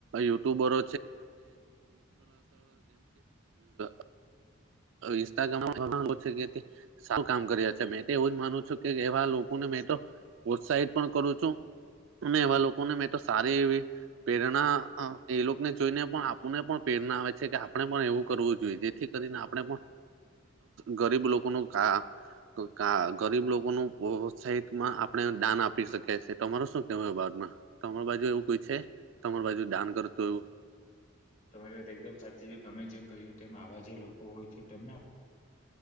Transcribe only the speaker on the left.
તમારી વાત એકદમ સાચી છે તમે જેમ કહ્યું તેમ આવા જે લોકો હોય છે તેમને